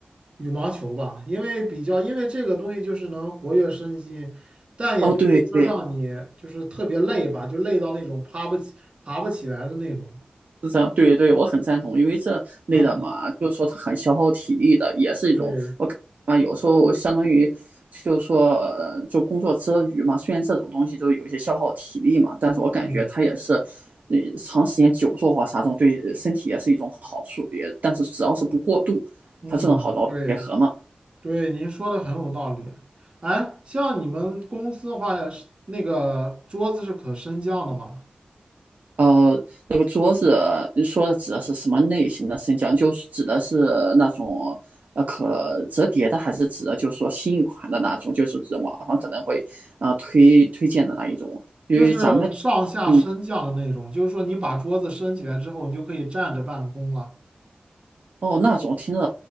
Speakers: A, on the right; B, on the right.
A: 羽毛球吧，因为比较，因为这个东西就是能活跃身心，但也不至于说让你就是特别累吧，
B: 哦，对对，
A: 就累到那种爬不起、爬不起来的那种。
B: 是这样，对对，我很赞同，因为这类的嘛，
A: <laughs>
B: 就是说它很消耗体力的，也是一种我感啊，
A: 对，
B: 有时候相当于就是说，呃就工作之余嘛，虽然这种东西都有一些消耗体力嘛，但是我感觉它也是，
A: 嗯。
B: 呃长时间久坐或啥这种对身体也是一种好处，也但是只要是不过度，
A: 嗯，
B: 它这种好劳逸结合嘛。
A: 对对，您说的很有道理。哎，像你们公司的话，是那个桌子是可升降的吗？
B: 呃，那个桌子，你说的指的是什么类型的升降？就是指的是那种呃可折叠的，还是指的就是说新一款的那种？就是指网上可能会啊、呃推推荐的那一种？因为咱们
A: 就是上下升降的那种，
B: 嗯
A: 就是说你把桌子升起来之后，你就可以站着办公了。
B: 哦，那种听着